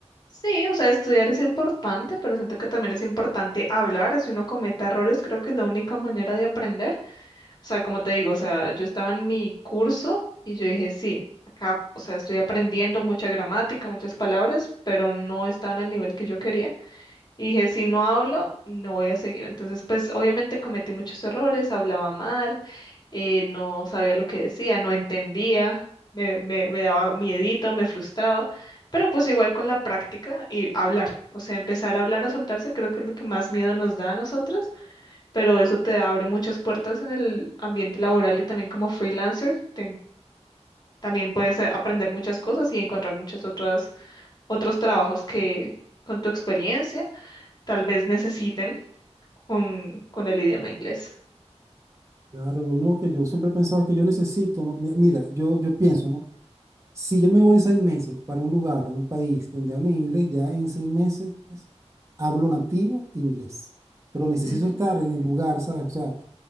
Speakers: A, on the left; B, on the right.
A: sí, o sea, estudiar es importante, pero siento que también es importante hablar. Si uno comete errores, creo que es la única manera de aprender. O sea, como te digo, o sea, yo estaba en mi curso y yo dije, sí, acá, o sea, estoy aprendiendo mucha gramática, muchas palabras, pero no estaba en el nivel que yo quería. Y dije, si no hablo, no voy a seguir. Entonces, pues obviamente cometí muchos errores, hablaba mal, eh, no sabía lo que decía, no entendía, me, me, me daba miedito, me frustraba, pero pues igual con la práctica y hablar, o sea, empezar a hablar, a soltarse, creo que es lo que más miedo nos da a nosotros pero eso te abre muchas puertas en el ambiente laboral y también como freelancer, te- también puedes eh, aprender muchas cosas y encontrar muchos otros, otros trabajos que con tu experiencia tal vez necesiten con, con el idioma inglés.
B: Claro, lo único que yo siempre he pensado es que yo necesito, ¿no? Mi- Mira, yo, yo pienso, ¿no? Si yo me voy seis meses para un lugar, un país donde hable inglés, ya en seis meses hablo nativo inglés. Pero necesito
A: Ujú,
B: estar en el lugar, ¿sabes? O sea,